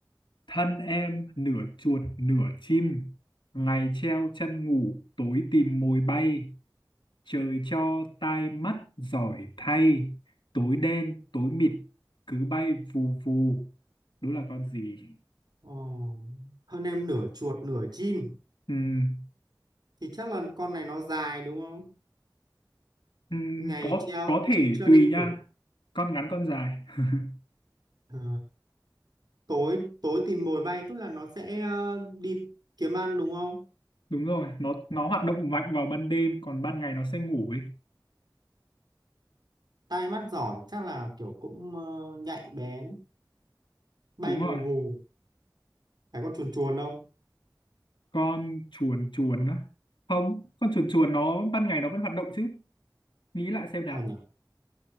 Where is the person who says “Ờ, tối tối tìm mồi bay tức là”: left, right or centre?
Right